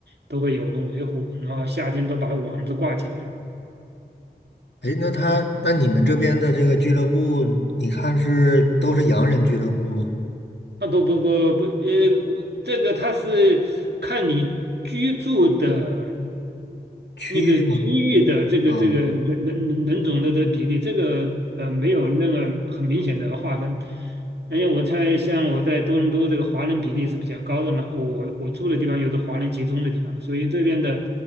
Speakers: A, on the right (about 75°); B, on the left (about 80°).
A: 都会有人维护，然后夏天都把网子挂起来了。
B: 哎，那他那你们这边的这个俱乐部，你看是都是洋人俱乐部吗？
A: 啊不不不不，呃，我这个它是看你居住的。
B: 区域吗？
A: 那个区域的这个这个人人人种的这个比例，
B: 啊
A: 这个呃没有那个很明显的划分。而且我猜，像我在多伦多这个华人比例是比较高的呢，我我住的地方有是华人集中的地方，所以这边的